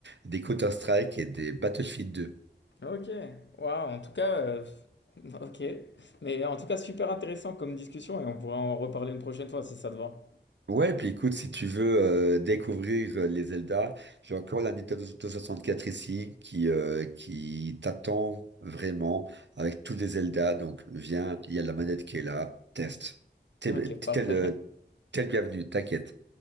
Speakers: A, on the right; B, on the left.
A: des Counter-Strike et des Battlefield 2.
B: Ok, waouh, en tout cas, euh, <laughs> ok. Mais en tout cas, super intéressant comme discussion et on pourra en reparler une prochaine fois si ça te va.
A: Ouais, puis écoute, si tu veux euh, découvrir euh, les Zelda, j'ai encore la Nintendo 64 ici qui, euh, qui t'attend vraiment avec tous les Zelda. Donc viens, il y a la manette qui est là, teste. T'es
B: Ok,
A: t'es-
B: parfait.
A: t'es le- t'es le bienvenu, t'inquiète.